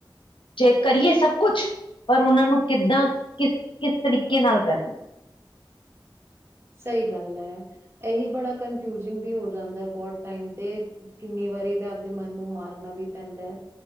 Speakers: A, on the left; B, on the right.
A: ਜੇ ਕਰੀਏ ਸਭ ਕੁਛ ਪਰ ਉਹਨਾਂ ਨੂੰ ਕਿੱਦਾਂ ਕਿਸ-ਕਿਸ ਤਰੀਕੇ ਨਾਲ ਕਰਨਾ।
B: ਸਹੀ ਗੱਲ ਹੈ। ਇਹੀ ਬੜਾ ਕੰਨਫਿਊਜ ਇਹ ਵੀ ਹੋ ਜਾਂਦਾ ਬਹੁਤ ਟਾਈਮ ਤੇ ਕਿੰਨੀ ਵਾਰੀ ਤੇ ਆਪਦੇ ਮਨ ਨੂੰ ਮਾਰਨਾ ਵੀ ਪੈਂਦਾ ਹੈ।